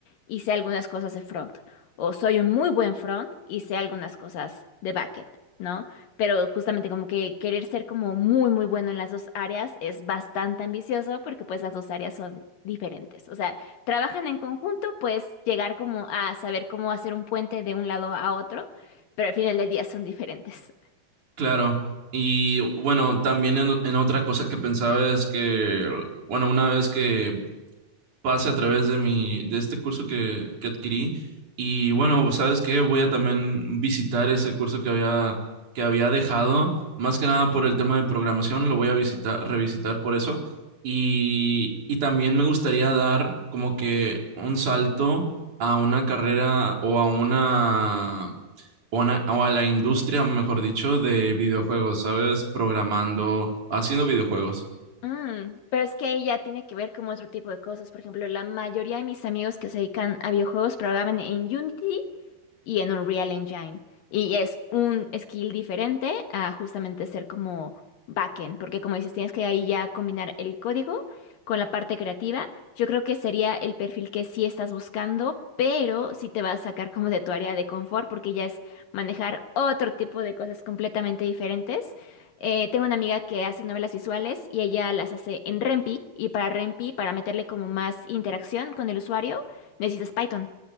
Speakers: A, on the left (about 65°); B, on the right (about 50°).
A: y sé algunas cosas de front o soy un muy buen front y sé algunas cosas de backend, ¿no? Pero justamente como que querer ser como muy, muy bueno en las dos áreas es bastante ambicioso porque pues las dos áreas son diferentes. O sea, trabajan en conjunto, puedes llegar como a saber cómo hacer un puente de un lado a otro, pero al final del día son diferentes.
B: Claro, y bueno, también en, o- en otra cosa que pensaba es que, bueno, una vez que pase a través de mi, de este curso que, que adquirí, y bueno, ¿sabes qué? Voy a también visitar ese curso que había, que había dejado, más que nada por el tema de programación, lo voy a visitar, revisitar por eso, y, y también me gustaría dar como que un salto a una carrera o a una o, na- o a la industria, mejor dicho, de videojuegos, ¿sabes? Programando, haciendo videojuegos.
A: Mm, pero es que ahí ya tiene que ver con otro tipo de cosas. Por ejemplo, la mayoría de mis amigos que se dedican a videojuegos programan en Unity y en Unreal Engine. Y es un skill diferente a justamente ser como backend, porque como dices, tienes que ahí ya combinar el código con la parte creativa. Yo creo que sería el perfil que sí estás buscando, pero sí te va a sacar como de tu área de confort, porque ya es manejar otro tipo de cosas completamente diferentes. Eh, tengo una amiga que hace novelas visuales y ella las hace en Rempi, y para Rempi, para meterle como más interacción con el usuario, necesitas Python.